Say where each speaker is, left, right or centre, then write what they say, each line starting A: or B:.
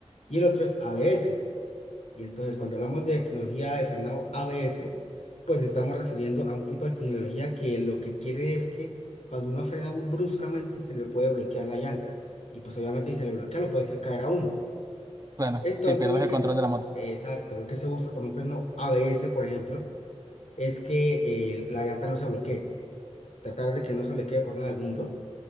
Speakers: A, on the left (about 75°); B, on the right (about 30°).
A: Y el otro es ABS. Y entonces, cuando hablamos de tecnología de frenado ABS, pues estamos refiriendo a un tipo de tecnología que lo que quiere es que cuando uno frena bru- bruscamente, se le puede bloquear la llanta. Y pues obviamente si se le bloquea, lo puede hacer caer a uno.
B: Claro,
A: Entonces,
B: si pierdes
A: lo
B: el
A: que
B: control
A: es,
B: de la moto.
A: exacto, lo que se usa con un freno ABS, por ejemplo, es que eh, la llanta no se bloquee, tratar de que no se bloquee por nada del mundo.